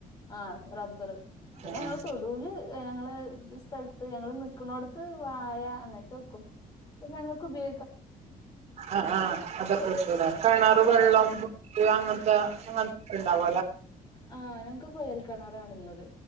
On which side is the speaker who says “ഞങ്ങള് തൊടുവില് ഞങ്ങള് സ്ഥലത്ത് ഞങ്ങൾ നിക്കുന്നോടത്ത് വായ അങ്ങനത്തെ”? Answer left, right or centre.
Left